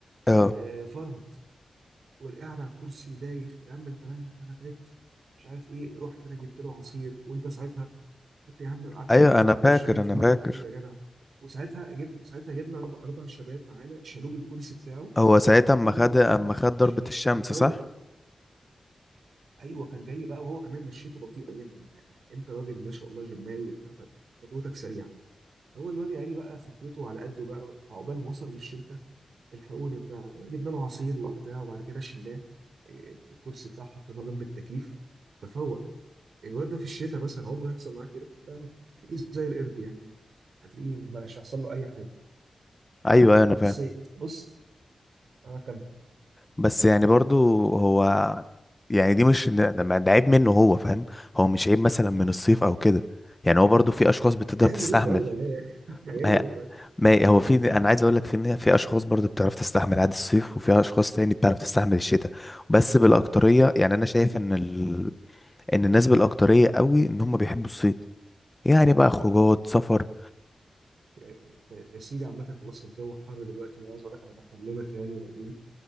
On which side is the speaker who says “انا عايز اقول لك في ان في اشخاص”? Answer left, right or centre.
Left